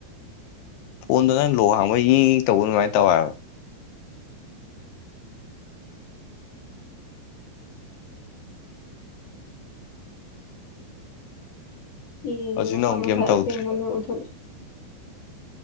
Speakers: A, on the left; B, on the left.
A: ꯐꯣꯟꯗꯨ ꯅꯪ ꯂꯣꯛ ꯍꯥꯡꯕꯩ ꯌꯦꯡ ꯌꯦꯡ ꯇꯧꯕ ꯑꯗꯨꯃꯥꯏꯅ ꯇꯧꯋꯦꯕ꯫
B: ꯃꯤꯁꯤꯡꯁꯦ
A: ꯍꯧꯖꯤꯛꯅ
B: ꯃꯁꯥ
A: ꯑꯃꯨꯛ
B: ꯃꯁꯥ
A: ꯀꯩꯝ ꯇꯧꯗ꯭ꯔꯦ
B: ꯑꯁꯦꯡꯕꯗꯣ ꯎꯠꯊꯣꯂꯛꯏ꯫